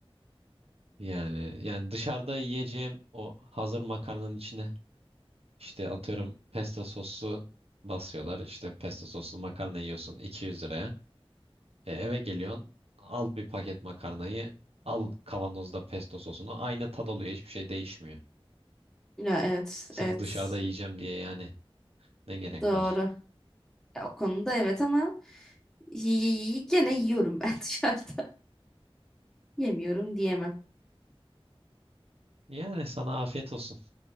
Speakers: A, on the right; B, in the centre.
A: Yani yani dışarıda yiyeceğim o hazır makarnanın içine İşte atıyorum pesto soslu basıyorlar. İşte pesto soslu makarna yiyorsun 200 liraya. E, eve geliyorsun al bir paket makarnayı al kavanozda pesto sosunu. Aynı tad oluyor hiçbir şey değişmiyor.
B: Ya evet,
A: Sırf
B: evet.
A: dışarıda yiyeceğim diye yani ne gerek
B: Doğru.
A: var?
B: Ya, o konuda evet ama y- gene yiyorum ben <laughs> dışarıda. Yemiyorum diyemem.
A: Yani sana afiyet olsun.